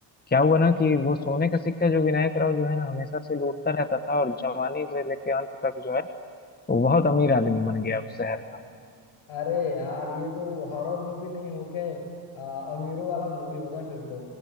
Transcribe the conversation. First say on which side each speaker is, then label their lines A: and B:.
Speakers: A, on the left (about 20°); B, on the left (about 70°).
A: क्या हुआ ना कि वो सोने का सिक्का जो विनायक राव जो है ना हमेशा से लूटता रहता था और जवानी से लेके अंत तक जो है वो बहुत अमीर आदमी बन गया उस शहर का
B: अरे यार ये तो हॉरर मूवी नहीं होके आ, अमीरों वाला मूवी हो गया फिर तो